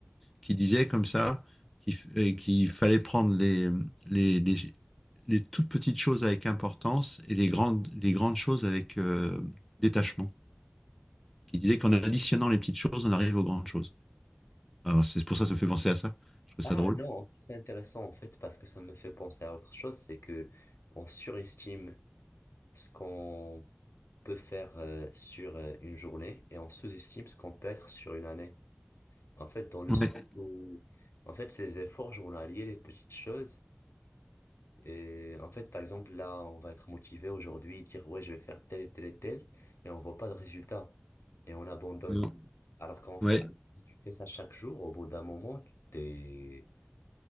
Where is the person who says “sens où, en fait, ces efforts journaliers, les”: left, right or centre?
Left